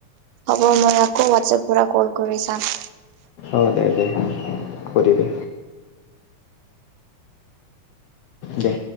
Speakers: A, on the right; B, on the left.
A: হ'ব, মই আকৌ হোৱাটছএপ পৰা কল কৰি চাম।
B: অঁ, দে দে। সুধিবি। দে।